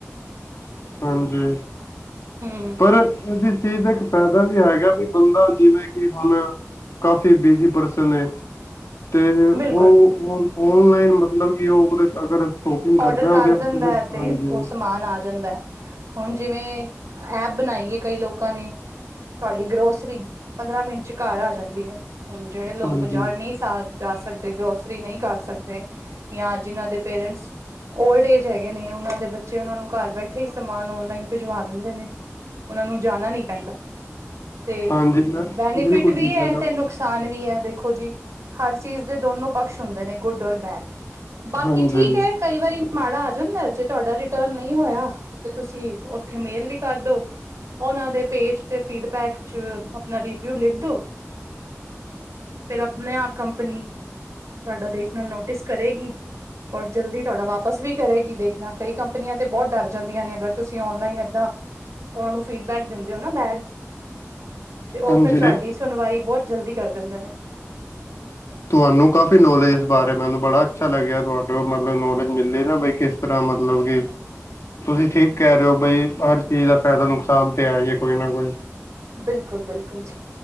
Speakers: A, on the left; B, on the right.
A: ਹਾਂਜੀ।
B: ਹੂ
A: ਪਰ ਇਸ ਚੀਜ਼ ਦਾ ਇੱਕ ਫਾਇਦਾ ਵੀ ਹੈਗਾ, ਵੀ ਬੰਦਾ ਜਿਵੇਂ ਕਿ ਹੁਣ ਕਾਫੀ ਬਿਜ਼ੀ ਪਰਸਨ ਏ। ਤੇ
B: ਬਿਲਕੁਲ
A: ਔਹ ਔਨਲਾਈਨ, ਮਤਲਬ ਕਿ ਔਹ ਉਹਦੇ 'ਚ ਅਗਰ ਸ਼ੋਪਿੰਗ
B: ਔਡਰ
A: ਕਰਦਾ
B: ਕਰ
A: ਉਹਦੇ ਵਾਸਤੇ
B: ਦਿੰਦਾ
A: ਤਾਂ
B: ਹੈ, ਤੇ
A: ਹਾਂਜੀ
B: ਉਹ ਸਮਾਨ ਆ ਜਾਂਦਾ ਹੈ। ਹੁਣ ਜਿਵੇਂ, ਐਪ ਬਣਾਈਏ ਕਈ ਲੋਕ ਲੋਕਾਂ ਨੇ, ਤੁਹਾਡੀ ਗਰੋਸਰੀ ਪੰਦਰਾਂ ਮਿੰਟ ਚ' ਘਰ ਆ ਜਾਂਦੀ ਐ। ਹੁਣ ਜਿਹੜੇ ਲੋਕ
A: ਹਾਂਜੀ
B: ਬਾਜ਼ਾਰ ਨਈਂ ਸ ਹਾਲ ਜਾ ਸਕਦੇ, ਗਰੋਸਰੀ ਨਈਂ ਕਰ ਸਕਦੇ। ਯਾ ਜਿਨਾਂ ਦੇ ਪੇਰੈਂਟਸ ਔਲਡ ਏਜ ਹੈਗੇ ਨੇ, ਉਹਨਾਂ ਦੇ ਬੱਚੇ ਉਹਨਾਂ ਨੂੰ ਘਰ ਬੈਠੇ ਹੀ ਸਮਾਨ ਔਨਲਾਈਨ ਭਿਜਵਾ ਦਿੰਦੇ ਨੇ। ਉਨ੍ਹਾ ਨੂੰ ਜਾਣਾ ਨੀ ਪੈਂਦਾ। ਤੇ
A: ਹਾਂਜੀ ਮੈਂ
B: ਬੈਨੀਫਿਟ
A: ਬਿਲਕੁਲ
B: ਵੀ,
A: ਠੀਕ
B: ਹੈ
A: ਕਹਿ ਰਹੇ ਹੋ
B: ਤੇ ਨੁਕਸ ਧਾਨ ਵੀ ਹੈ। ਦੇਖੋ ਜੀ। ਹਰ ਚੀਜ਼ ਦੇ ਦੋਨੋ ਪਕਸ਼ ਹੁੰਦੇ ਨੇ, ਗੁੱਡ ਔਰ ਬੈਡ। ਬਾਕੀ
A: ਹਾਂਜੀ
B: ਠੀਕ ਹੈ ਕਈ ਵਾਰੀ ਮਾੜਾ ਆ ਜਾਂਦਾ ਜੇ ਤੁਹਾਡਾ ਰਿਟਰਨ ਨਹੀਂ ਹੋਇਆ। ਤੇ ਤੁਸੀਂ, ਉੱਥੇ ਮੇਲ ਵੀ ਕਰਦੋ। ਉਹਨਾਂ ਦੇ ਪੇਜ ਤੇ ਫੀਡਬੈਕ 'ਚ ਆਪਣਾ ਰਿਵਿਊ ਲਿਖ ਦੋ। ਫਿਰ ਆਪਣੇ ਆਪ ਕੰਪਨੀ ਤੁਹਾਡਾ ਦੇਸ਼ ਨਾਲ ਨੋਟਿਸ ਕਰੇਗੀ। ਔਰ ਜਲਦੀ ਤੁਹਾਡਾ ਵਾਪਸ ਵੀ ਕਰੇਗੀ ਦੇਖਣਾ, ਕਈ ਕੰਪਨੀਆਂ ਤੇ ਬਹੁਤ ਡਰ ਜਾਂਦੀਆਂ ਨੇ ਅਗਰ ਤੁਸੀਂ ਔਨਲਾਈਨ ਏਦਾਂ ਉਨ੍ਹਾਂ ਨੂੰ ਫੀਡਬੈਕ ਦਿੰਦੇ ਹੋ ਨਾ ਬੈਡ ਤੇ ਉਹ
A: ਹਾਂਜੀ
B: ਫਿਰ ਤੁਹਾਡੀ ਸੁਣਵਾਈ ਬਹੁਤ ਜਲਦੀ ਕਰ ਦਿੰਦੇ ਨੇ।
A: ਤੁਹਾਨੂੰ ਕਾਫ਼ੀ ਨੌਲੇਜ ਇਸ ਬਾਰੇ ਮੈਨੂੰ ਬੜਾ ਅੱਛਾ ਲੱਗਿਆ ਤੁਹਾਡੇ ਮਤਲਬ ਨੌਲੇਜ ਮਿਲੀ ਨਾ ਬਈ ਕਿਸ ਇਸ ਤਰ੍ਹਾਂ ਮਤਲਬ ਕਿ, ਤੁਸੀਂ ਠੀਕ ਕਹਿ ਰਹੇ ਹੋ ਬਈ ਪਰ ਚੀਜ਼ ਦਾ ਫ਼ਾਇਦਾ ਨੁਕਸਾਨ ਤੇ ਆ ਕੋਈ ਨਾ ਕੋਈ।
B: ਬਿਲਕੁਲ ਬਿਲਕੁਲ ਜੀ।